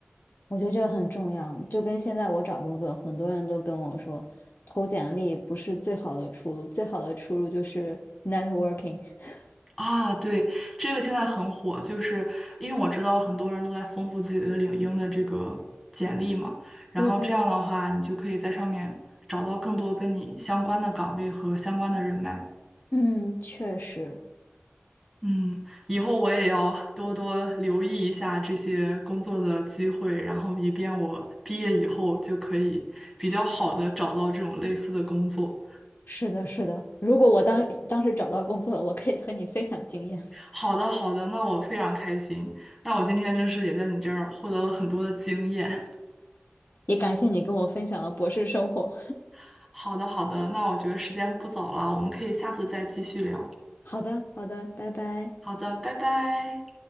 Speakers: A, on the left; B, in the centre.
A: 我觉得这个很重要，就跟现在我找工作，很多人都跟我说，投简历不是最好的出路，最好的出路就是 networking。<laughs>
B: 啊，对，这个现在很火，就是因为我知道很多人都在丰富自己的领英的这个简历嘛，然后这样的话，
A: 对对，
B: 你就可以在上面找到更多跟你相关的岗位和相关的人脉。
A: 嗯，确实
B: 嗯，以后我也要多多留意一下这些工作的机会，然后以便我毕业以后就可以比较好的找到这种类似的工作。
A: 是的，是的。如果我当当时找到工作了，我可以和你分享经验，
B: 好的，好的，那我非常开心。那我今天真是也在你这儿获得了很多的经验。
A: 也感谢你跟我分享了博士生活。
B: <laughs> 好的，好的，那我觉得时间不早了，我们可以下次再继续聊。
A: 好的，好的，拜拜。
B: 好的，拜拜。